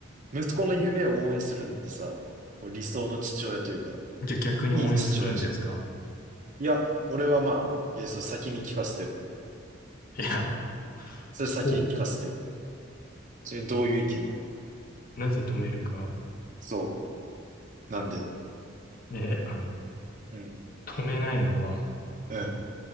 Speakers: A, on the right; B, on the left.
A: 息子の夢を応援するのってさ、こう理想の父親というか、
B: じゃあ逆に応援するんですか
A: いい父親じゃん。いや、俺はまあ、いや、それ先に聞かせてよ。
B: いや、
A: それ先に聞かせてよ。
B: ほう。
A: それどういう意見なの
B: なぜ止めるか。
A: そう。なんで
B: ね、あの、
A: うん。
B: 止めないのは、
A: うん。